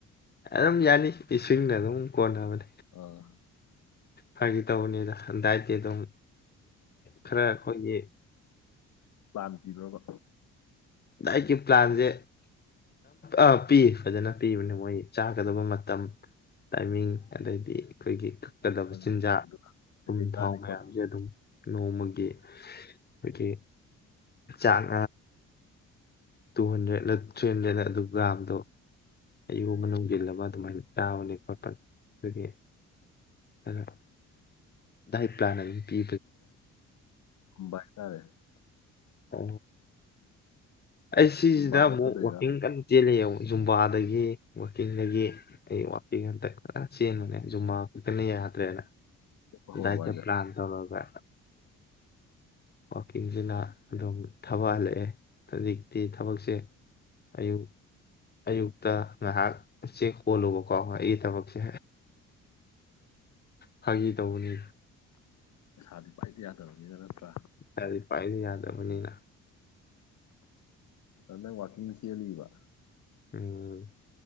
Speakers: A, on the left; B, on the left.
A: ꯑꯗꯨꯝ ꯌꯥꯅꯤ ꯏꯁꯤꯡꯅ ꯑꯗꯨꯝ ꯀꯣꯗꯥꯕꯅꯤꯦ
B: ꯑꯥ
A: ꯍꯥꯏꯗꯤ ꯇꯧꯕꯅꯤꯅ ꯗꯥꯏ ꯑꯗꯨꯝ ꯈꯔ ꯑꯩꯈꯣꯏꯒꯤ
B: ꯄꯥꯟ ꯄꯤꯕ꯭ꯔꯣꯕ
A: ꯑꯩꯏꯒꯤ ꯄ꯭ꯂꯥꯟꯁꯦ ꯑ ꯄꯤ ꯐꯖꯅ ꯄꯤꯕꯅꯦ ꯃꯣꯏ ꯆꯥꯒꯗꯕ ꯃꯇꯝ ꯇꯥꯏꯃꯤꯡ ꯑꯗꯩꯗꯤ ꯑꯩꯈꯣꯏꯒꯤ ꯆꯠꯀꯗꯕ
B: ꯑꯩꯈꯣꯏꯅ
A: ꯆꯤꯟꯖꯥꯛ
B: ꯒꯨꯔꯨꯗꯨꯅ ꯀꯩꯀꯩ
A: ꯄꯨꯝ
B: ꯆꯥꯅꯤ
A: ꯊꯥꯎ ꯃꯌꯥꯝꯁꯦ
B: ꯈꯣꯠꯀꯅꯤ
A: ꯑꯗꯨꯝ ꯅꯣꯡꯃꯒꯤ ꯑꯩꯈꯣꯏꯒꯤ ꯆꯥꯡ ꯇꯨ ꯍꯟꯗ꯭ꯔꯦꯠ ꯊ꯭ꯔꯤ ꯍꯟꯗ꯭ꯔꯦꯗ ꯑꯗꯨ ꯒ꯭ꯔꯥꯝꯗꯣ ꯑꯌꯨ ꯑꯃ ꯅꯨꯡꯁꯤꯜꯂ ꯑꯃ ꯑꯗꯨꯃꯥꯏꯅ ꯆꯥꯕꯅꯤ ꯈꯣꯠꯄꯅꯤ ꯑꯗꯨꯒꯤ ꯍꯂꯣ ꯗꯏ ꯄ꯭ꯂꯥꯅꯦ ꯄꯤ
B: ꯕꯥꯏꯇꯥꯔꯦ
A: ꯑ ꯑꯩ ꯁꯤꯁꯤꯗ
B: ꯖꯨꯝꯕꯥ ꯆꯠꯄꯗꯩꯔꯥ
A: ꯑꯃꯨꯛ ꯋꯥꯛꯀꯤꯡ ꯀꯟꯅ ꯆꯦꯜꯂꯦ ꯌꯦꯡꯨ ꯖꯨꯝꯕꯥꯗꯒꯤ ꯋꯥꯛꯀꯤꯡꯗꯒꯤ ꯑꯩ ꯋꯥꯛꯀꯤꯡ ꯍꯟꯇ ꯈꯔ ꯆꯦꯟꯕꯅꯦ ꯖꯨꯝꯕꯥ ꯈꯛꯇꯅ ꯌꯥꯗ꯭ꯔꯦꯅ
B: ꯆꯠꯄ ꯍꯧꯔꯕ
A: ꯌꯥꯏꯁꯦ
B: ꯍꯥꯏꯁꯦ
A: ꯄ꯭ꯂꯥꯟ ꯊꯧꯔꯒ ꯋꯥꯀꯤꯡꯁꯤꯅ ꯑꯗꯨꯝ ꯊꯕꯍꯜꯂꯛꯑꯦ ꯍꯧꯖꯤꯛꯇꯤ ꯊꯕꯛꯁꯦ ꯑꯌꯨꯛ ꯑꯌꯨꯛꯇ ꯉꯥꯏꯍꯥꯛ ꯆꯦꯛ ꯍꯣꯜꯂꯨꯕꯀꯣ ꯑꯩꯒꯤ ꯊꯕꯛꯁꯦ ꯐꯥꯒꯤ ꯇꯧꯕꯅꯤ
B: ꯑꯁꯥꯗꯤ ꯐꯗꯤ ꯌꯥꯗꯕꯅꯤꯅ ꯅꯠꯇ꯭ꯔꯥ
A: ꯌꯥꯗꯤ ꯄꯥꯏꯁꯨ ꯌꯥꯗꯕꯅꯤꯅ
B: ꯑꯗ ꯋꯥꯀꯤꯡ ꯆꯦꯜꯂꯤꯕ
A: ꯎꯝ